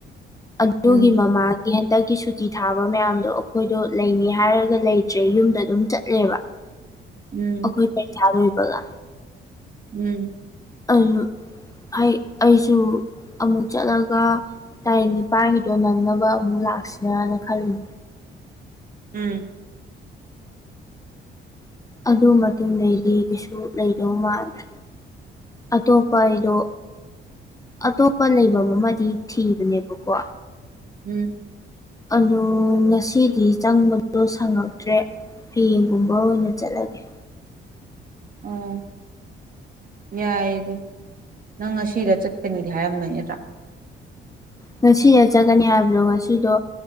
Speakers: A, on the left; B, on the right.
A: ꯑꯗꯨꯒꯤ
B: ꯎꯝ
A: ꯃꯃꯥꯡ ꯀꯤ ‌ꯍꯟꯇꯛꯀꯤ ꯁꯨꯇꯤ ꯊꯥꯕ ꯃꯌꯥꯝꯗꯣ ꯑꯩꯈꯣꯏꯗꯣ ꯂꯩꯅꯤ ꯍꯥꯏꯔꯒ ꯂꯩꯇ꯭ꯔꯦ ꯌꯨꯝꯗ ꯑꯗꯨꯝ ꯆꯠꯂꯦꯕ <inaudible>
B: ꯎꯝ
A: ꯑꯩꯈꫭꯏ ꯄꯩꯈꯥ ꯂꫭꯏꯕꯒ
B: ꯎꯝ
A: ꯑꯗꯨ ꯑꯩ ꯑꯩꯁꯨ ꯑꯃꯨꯛ ꯆꯠꯂꯒ ꯇꯥꯔꯤꯛ ꯅꯤꯄꯥꯟꯒꯤꯗꯣ ꯅꯪꯅꯕ ꯑꯃꯨꯛ ꯂꯥꯛꯁꯤꯔꯥꯅ ꯈꯜꯂꯤ
B: ꯎꯝ
A: ꯑꯗꯨ ꯃꯇꯨꯡꯗꯩꯗꯤ ꯀꯩꯁꯨ ꯂꯩꯗꯧ ꯃꯥꯟꯗꯔꯦ ꯑꯇꯣꯞꯄ ꯑꯩꯗꯣ ꯑꯇꯣꯞꯄ ꯂꯩꯕꯝ ꯑꯃꯗꯤ ꯊꯤꯕꯅꯦꯕꯀꯣ
B: ꯎꯝ
A: ꯑꯗꯨ ꯉꯁꯤꯗꯤ ꯆꯪꯕꯗꯣ ꯁꯪꯉꯛꯇ꯭ꯔꯦ ꯍꯌꯦꯡꯒꯨꯝꯕ ꯑꯣꯏꯅ ꯆꯠꯂꯒꯦ
B: ꯑꯣ ꯌꯥꯏ ꯑꯗꯨ ꯅꯪ ꯉꯁꯤꯗ ꯆꯠꯀꯅꯤꯗꯤ ꯍꯥꯏꯔꯝꯃꫭꯏ ꯅꯠꯇꯔꯥ
A: ꯉꯁꯤꯗ ꯆꯠꯀꯅꯤ ꯍꯥꯏꯕꯗꯣ ꯉꯁꯤꯗꯣ